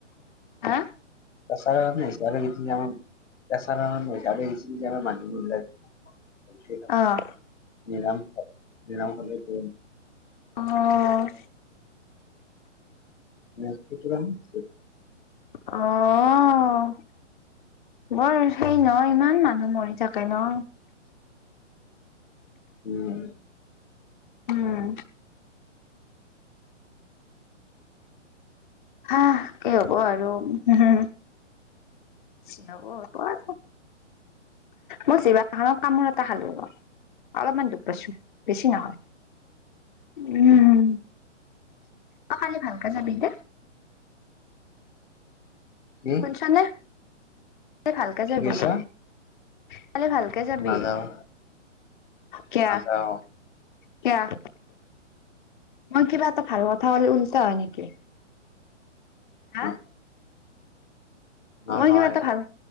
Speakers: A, on the left (about 40°); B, on the left (about 75°).
A: হা?
B: <unintelligible> <unintelligible>
A: অহ!
B: নিৰম হ নিৰম হ'লে কৰিম।
A: অঁ অঁ!
B: নাইনটি কিমান চিক
A: অঁ অঁ অঁ! বৰ সেই ন ইমান মানুহ মৰি থাকে ন।
B: উমঁ!
A: উমঁ! হা কি হ'ব আৰু হো হো চিনচাব পৰাকত মই জিভাখনত কামোৰ এটা খালো অলপমান দুখ পাইছো বেছি নহয়। উমঁ অ কালি ভালকে যাবি দে।
B: কি
A: শুনিছানে ভালকে যাবি
B: কি কৈছা?
A: বোলো কালি ভাল। কে যাবি।
B: নাযাওঁ,
A: কেয়া
B: নাযাওঁ,
A: কেয়াৰ। মই কিবা এটা ভাল কথা ক'লে উল্টা হয় নেকি? হা
B: উমঁ! নহয়
A: মই কিবা এটা ভাল